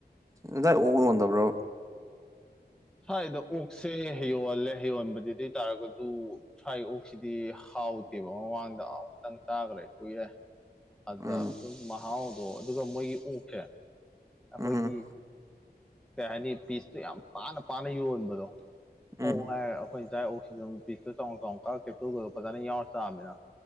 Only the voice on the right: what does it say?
ꯑꯗꯥꯏ ꯑꯣꯛ ꯂꯣꯟꯗꯕ꯭ꯔꯣ꯫
ꯎꯝ
ꯎꯝ
ꯎꯝ